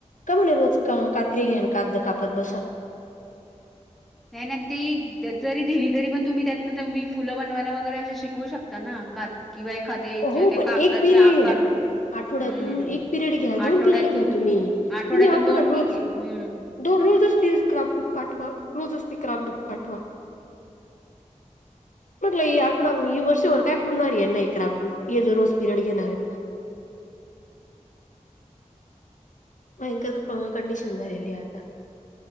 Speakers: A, on the left (about 75°); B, in the centre.
A: का म्हणे रोज कात्री घ्यान कागद कापत बसा...
B: नाही नाही ते जरी दिली तरी पण तुम्ही त्यातन तुम्ही फुलं बनवायला वगैरे असे शिकवू शकता ना. का किंवा एखाद्या
A: हो
B: त्या
A: पण
B: कागदाचे
A: एक पिरियड
B: आकार वगैरे... हम्म
A: आठवड्यातून एक पिरियड घ्या दोन
B: आठवड्यातून
A: पिरियड घ्या तुम्ही
B: आठवड्यातून
A: तुम्ही आठवड्याल
B: दोन ठीक
A: रोज..
B: आहे हम्म
A: दोन रोजच ती क्राप बुक पाठवा रोजच ती क्राफ बुक पाठवा.. म्हटलं आठवडा ह वर्षभर काय पुरणार आहे याना हे क्रॉपबुक. ए ज रोज पिरड घेणार हयात ना... भयंकर कंडिशन झाली आहे आता..